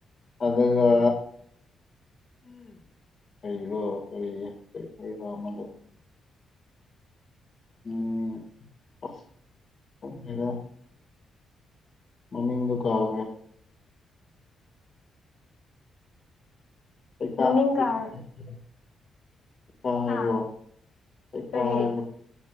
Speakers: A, on the left (about 45°); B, on the left (about 80°).
A: ꯑꯗꯨꯒ ꯀꯔꯤꯕꯣ ꯀꯔꯤ ꯀꯔꯤ ꯍꯥꯏꯕ ꯑꯃꯗꯨ ꯎꯝ ꯑꯁ ꯈꯪꯗꯦꯗ ꯃꯃꯤꯡꯗꯣ ꯀꯥꯎꯒ꯭ꯔꯦ <unintelligible>
B: ꯃꯃꯤꯡ ꯀꯥꯎꯔ
A: ꯍꯩꯈꯥ ꯍꯥꯏꯕ꯭ꯔꯣ
B: ꯍꯥ
A: ꯍꯩꯈꯥ
B: ꯀꯔꯤ
A: ꯍꯥꯏꯕ꯭ꯔꯣ